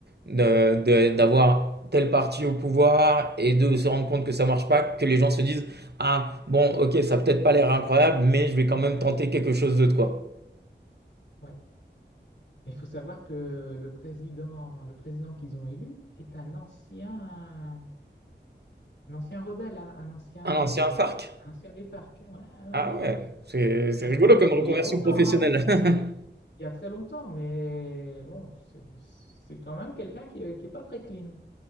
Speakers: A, on the right; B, on the left.
A: de- de- d'avoir tel parti au pouvoir et de se rendre compte que ça marche pas, que les gens se disent, Ah, bon, ok, ça a peut-être pas l'air incroyable, mais je vais quand même tenter quelque chose d'autre, quoi.
B: ouais. Il faut savoir que le président, le président qu'ils ont élu est un ancien, un ancien rebelle, hein, un ancien
A: Un
B: des,
A: ancien FARC?
B: un ancien des FARC. hein. Ouais, ouais,
A: Ah ouais,
B: ouais.
A: c'est c'est
B: C'est à
A: rigolo
B: ce point-là.
A: comme
B: Bon,
A: reconversion
B: il y a longtemps,
A: professionnelle.
B: hein, il y a, il
A: <laughs>
B: y a très longtemps, mais bon, c'est c'est quand même quelqu'un qui, est- qui est pas très clean.